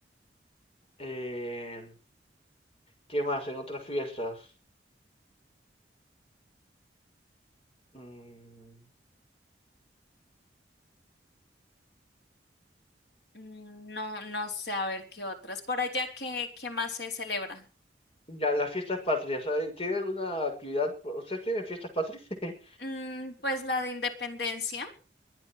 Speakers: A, on the left; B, on the left.
A: Eh, ¿Qué más en otras fiestas? Mm,
B: Mm, No, no sé, a ver qué otras. Por allá, ¿qué, qué más se celebra?
A: ya, las fiestas patrias. ¿hay- ¿Tienen alguna actividad? ¿Ustedes tienen fiestas patrias? <laughs>
B: Mm, pues la de independencia,